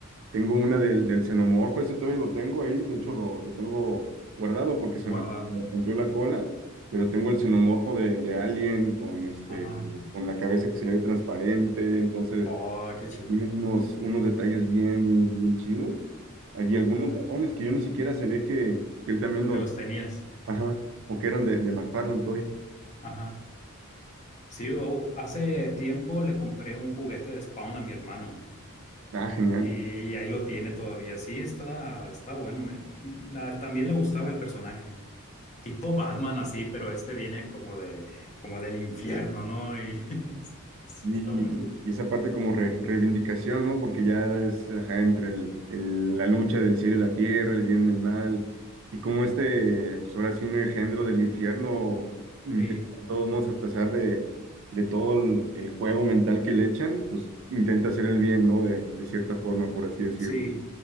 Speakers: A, on the right (about 55°); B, on the left (about 30°).
A: Tengo una del, del xenomorfo, ese todavía lo tengo ahí, de hecho lo, lo tengo guardado porque se
B: guardado.
A: me me rompió la cola, pero tengo el xenomorfo de, de Alien con, este,
B: Ajá,
A: eh, con la cabeza que se le ve transparente, entonces...
B: Oh, qué chilo.
A: Tiene unos, unos detalles bien, bien, bien chidos. Hay algunos
B: ajá,
A: dragones que yo ni siquiera sabía que, que él también los,
B: que los tenías.
A: ajá, o que eran de, de McFarlane Toys.
B: Ajá. Sí, o- hace tiempo le compré un juguete de Spawn a mi hermano
A: Ah, genial.
B: y, y ahí lo tiene todavía. Sí, está, está bueno. me- la- también le gustaba el personaje. Tipo Batman así, pero este viene como de, como del infierno, ¿no? Y <laughs> sí,
A: Y,
B: está bueno.
A: eso- y esa parte como re- reivindicación, ¿no? Porque ya es, ajá, entre el, el- la lucha del cielo y la tierra, el bien y el mal, y como este, pues ahora sí, un engendro del infierno, intenta
B: Sí.
A: de todos modos, a pesar de, de todo el, el juego mental que le echan, pues intenta hacer el bien, ¿no? De, de cierta forma, por así decirlo.
B: Sí,